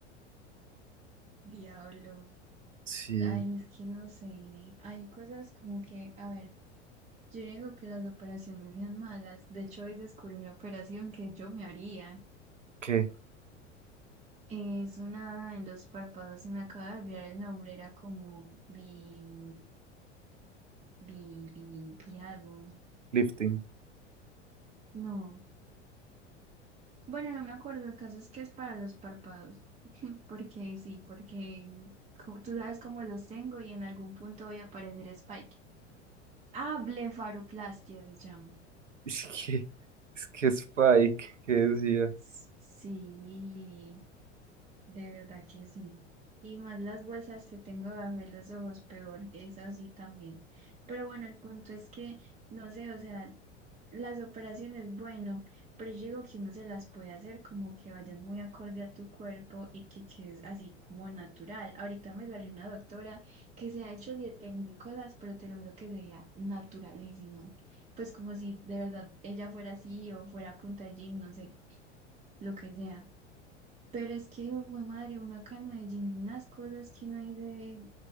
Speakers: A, on the right; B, on the right.
A: diablo.
B: Sí,
A: Ay, es que no sé. Hay cosas como que, a ver, yo digo que las operaciones sean malas. De hecho, hoy descubrí una operación que yo me haría.
B: ¿qué?
A: Es una en los párpados, se me acaba de olvidar el nombre, era como bi, bi, bi, bi algo.
B: Lifting.
A: No. Bueno, no me acuerdo, el caso es que es para los párpados, <laughs> porque sí, porque como, tú sabes cómo los tengo y en algún punto voy a aparecer Spike. Ah, blefaroplastia se llama.
B: <laughs> Es que, es que Spike, ¿qué decía?
A: S- Sí, de verdad que sí. Y más las bolsas que tengo debajo de los ojos, peor, es así también. Pero bueno, el punto es que, no sé, o sea, Las operaciones, bueno, pero yo digo que uno se las puede hacer como que vayan muy acorde a tu cuerpo y que quedes así como natural. Ahorita me salió una doctora que se ha hecho 10.000 cosas, pero te lo juro que sería naturalísima. Pues como si de verdad ella fuera así o fuera a punta de gym, no sé, lo que sea. Pero es que, güey, madre, uno acá en Medellín, ve unas cosas que no hay de